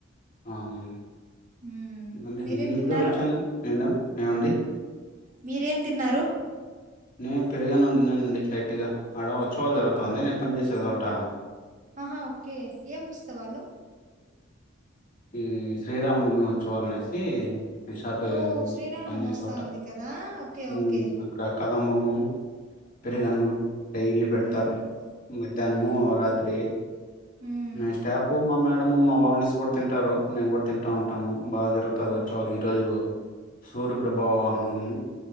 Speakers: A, on the left; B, on the right.
A: అవున
B: మ్మ్
A: ఎందుకంటే
B: మీరేం
A: నేను ఇప్పుడే
B: తిన్నారు
A: వచ్చాను నేను ఏవండి
B: మీరేం తిన్నారు
A: నేను పెరుగు అన్నం తిన్నానండి లైట్గా ఆడ ఉత్సవాలు జరుగుతాంది నేను పనిచెసే చోట
B: ఆహా ఓకే ఏం ఉత్సవాలు
A: మ్మ్ శ్రీరామనవమి ఉత్సవాలు అనేసి నిను షాప్ లో
B: ఓ శ్రీరామనవమి
A: పనిచెసే
B: వస్తా
A: చోట
B: ఉంది కదా ఓకే
A: మ్మ్
B: ఓకే
A: అక్కడ కదంబము పెరుగన్నం
B: ఆ
A: డైలీ పెడతారు
B: మ్మ్
A: మధ్యాహ్నము
B: మ్మ్
A: రాత్రి
B: మ్మ్
A: మా స్టాఫూ మా మేడం అంటే మా ఓనర్స్ కూడా తింటారు మేము కూడా తింటా ఉంటాము బాగా జరుగుతాది ఉత్సవాలు ఈ రోజు సూర్యప్రభా వాహనము